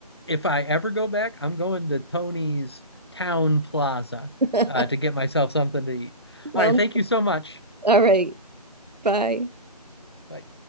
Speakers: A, on the left; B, on the right.
A: if I ever go back, I'm going to Tony's Town Plaza
B: <laughs>
A: uh, to get myself something to eat.
B: Sounds
A: All right, thank you so much.
B: all right. Bye.
A: Bye.